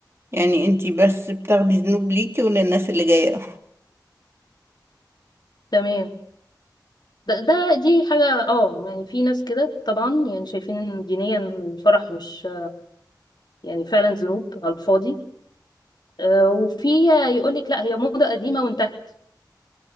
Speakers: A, on the right; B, on the left.
A: يعني انتي بس بتاخدي ذنوب ليكي وللناس اللي جاية <laughs>
B: <laughs> تمام ده ده دي حاجة اه يعني في ناس كده طبعا يعني شايفين ان دينيا الفرح مش يعني فعلا ذنوب على الفاضي آه، وفي يقول لك لا هي موضة قديمة وانتهت